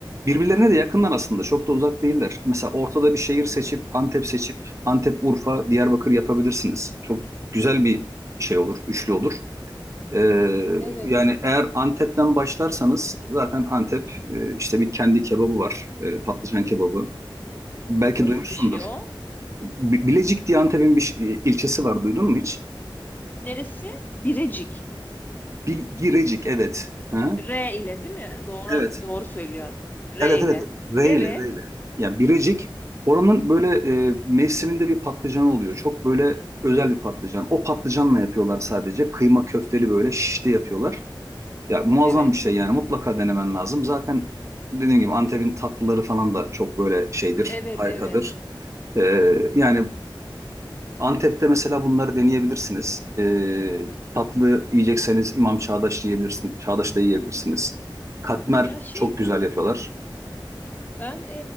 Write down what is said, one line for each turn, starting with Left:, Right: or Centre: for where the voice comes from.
Right: Birbirlerine de yakınlar aslında çok da uzak değiller. Mesela ortada bir şehir seçip Antep seçip Antep, Urfa, Diyarbakır yapabilirsiniz. Çok güzel bir şey olur, üçlü olur. Ee,
Left: Evet.
Right: yani eğer Antep'ten başlarsanız zaten Antep e, işte bir kendi kebabı var. e, patlıcan kebabı. Belki
Left: Nasıl
Right: duymuşsundur.
Left: bir şey o?
Right: Bi- Bilecik diye Antep'in bir ş- e, ilçesi var. Duydun mu hiç?
Left: Neresi? Birecik.
Right: Bil- Birecik evet. Ha?
Left: R ile değil mi? Doğru
Right: Evet.
Left: doğru söylüyorum. R
Right: Evet
Left: ile.
Right: evet. R
Left: Evet.
Right: ile R ile. Yani Birecik oranın böyle e, mevsiminde bir patlıcan oluyor. Çok böyle özel bir patlıcan. O patlıcanla yapıyorlar sadece. Kıyma köfteli böyle şişte yapıyorlar. Ya muazzam
Left: Evet.
Right: bir şey yani mutlaka denemen lazım. Zaten dediğim gibi Antep'in tatlıları falan da çok böyle şeydir,
Left: Evet,
Right: harikadır.
Left: evet.
Right: Ee, yani Antep'te mesela bunları deneyebilirsiniz. Ee, tatlı yiyecekseniz İmam Çağdaş yiyebilirsiniz, Çağdaş'ta yiyebilirsiniz. Katmer
Left: Ya şey
Right: çok güzel yapıyorlar.
Left: ben